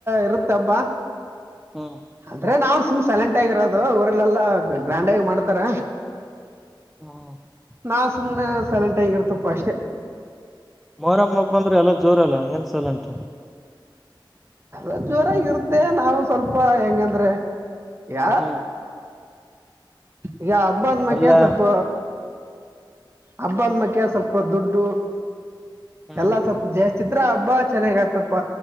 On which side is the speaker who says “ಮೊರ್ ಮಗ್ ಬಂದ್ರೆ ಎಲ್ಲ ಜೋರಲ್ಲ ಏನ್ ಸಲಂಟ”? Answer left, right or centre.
Centre